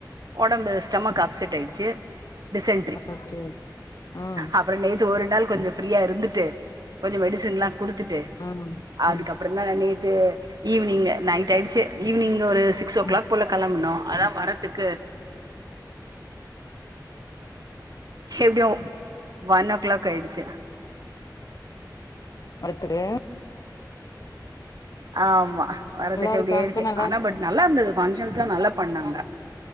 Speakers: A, on the right; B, on the left.
A: ஒடம்பு ஸ்டமக் அப்செட் ஆயிடிச்சி டிசேன்ட்ரி
B: ஓகே ம்
A: அப்புறோ நே த்து ஒரு நாள் கொஞ்சோ ஃப்ரீயா இருந்துட்டு கொஞ்சம் மெடிசன் எல்லா குடுத்துட்டு
B: ம்
A: அதுக்கப்புறதா
B: ம்
A: லே து ஈவினிங் நைட் ஆயிடிச்சி ஈவினிங் ஒரு சிக்ஸ் ஓ
B: ம்
A: கிளாக் போல கெளம்பனோ அதா வரதுக்கு எப்டிய ஒ ஒன் ஓ கிளாக் க்காயிடிச்சி
B: ஒருத்தரு
A: ஆமா வரதுக்கு
B: இருக்கா
A: அப்டி ஆயிடிச்சி
B: இப்ப நல்லா
A: ஆனா
B: இருக்கா
A: பட் நல்லா இருந்தது பங்கஷன்ஸ்லா நல்லா பண்ணாங்க